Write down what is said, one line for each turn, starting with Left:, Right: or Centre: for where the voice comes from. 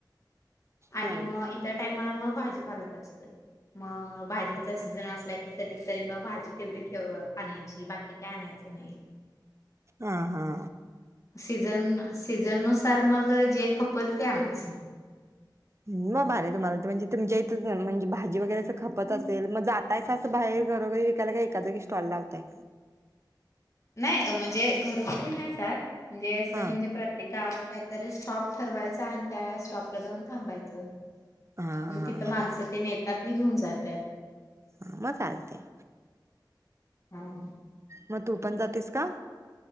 Left: आणि
Right: हा
Left: मग इतर टाइमला मग भाजी पालक असतय म-म-म भाजीचा सीझन अस नाही कधी तरी मग भाजी तेवढी ठेव आणायचीय बाकी काय आणायचं नाही
Right: हा-हा-हा
Left: सीजन अ सीजन नुसार मग अ जे खपल ते आनायच
Right: म भारी हायं तुम्हाला तर म्हणजे तुमच्या इथ अ म्हणजे भाजी वगैरे अस खपत असेल मग जातायसा असं बाहेर घरोघरी विकायला का एकाच जागी स्टॉल लावताय.
Left: नाय म्हणजे घरोघरी नाय जात म्हणजे असं
Right: हा
Left: म्हणजे प्रत्येक गावात कायतरी स्टॉप ठरवायचा आन त्या स्टॉपला जाऊन थांबायचं
Right: हा
Left: म
Right: हा
Left: तिथं
Right: हा
Left: माणस तेन येत रात्री घेऊन जात्यात
Right: हा म चालतंय
Left: हा हम
Right: म तू पण जातीस का